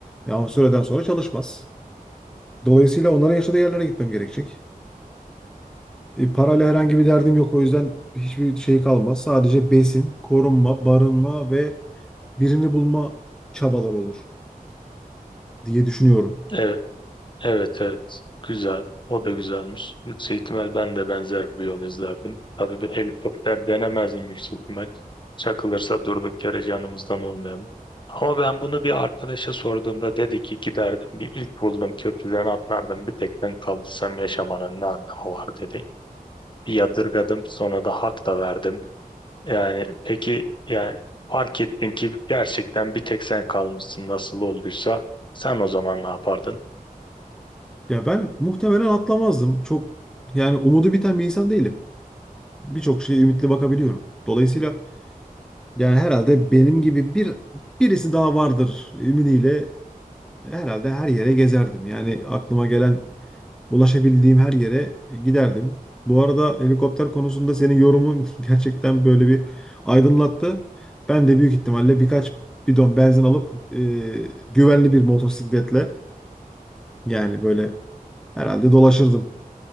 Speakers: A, in the centre; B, on the left.
A: Ya o süreden sonra çalışmaz. Dolayısıyla onların yaşadığı yerlere gitmem gerekecek. E, parayla herhangi bir derdim yok. O yüzden hiçbir şey kalmaz. Sadece besin, korunma, barınma ve birini bulma çabalar olur diye düşünüyorum.
B: Evet evet evet. Güzel. O da güzelmiş. Yüksek ihtimal ben de benzer bir yol izlerdim. Tabii bir helikopter denemezdim yüksek ihtimal. Çakılırsa durduk yere canımızdan olmayalım. Ama ben bunu bir arkadaşa sorduğumda dedi ki giderdim bir ilk buldum köprüden atlardım bir tek ben kalırsam yaşamanın ne anlamı var dedi. bir yadırgadım sonra da hak da verdim. Yani peki yani fark ettin ki gerçekten bir tek sen kalmışsın nasıl olduysa sen o zaman ne yapardın?
A: Ya ben muhtemelen atlamazdım. Çok yani umudu biten bir insan değilim. Birçok şeye ümitli bakabiliyorum. Dolayısıyla yani herhalde benim gibi bir birisi daha vardır ümidiyle herhalde her yere gezerdim. Yani aklıma gelen ulaşabildiğim her yere e, giderdim. Bu arada helikopter konusunda senin yorumun <laughs> gerçekten böyle bir aydınlattı. Ben de büyük ihtimalle birkaç bidon benzin alıp e, güvenli bir motosikletle yani böyle herhalde dolaşırdım.